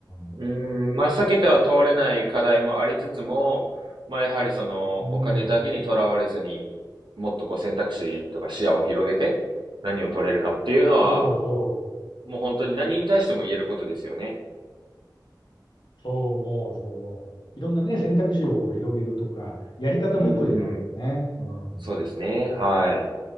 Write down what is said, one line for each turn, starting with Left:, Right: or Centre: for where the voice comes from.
Left: ん。
Right: うーん、まあ、避けては通れない課題もありつつも、まあ、やはりその、
Left: うん
Right: お金だけにとらわれずに、もっとこう選択肢とか視野を広げて、何を取れるかっていうのは、
Left: そうそ
Right: もう本当に何に対しても言えることですよね。
Left: う。そう思う、そう思う。いろんなね、選択肢をこう広げるとか、やり方も一個じゃないからね。
Right: うーん、
Left: うん。
Right: そうですね、はい。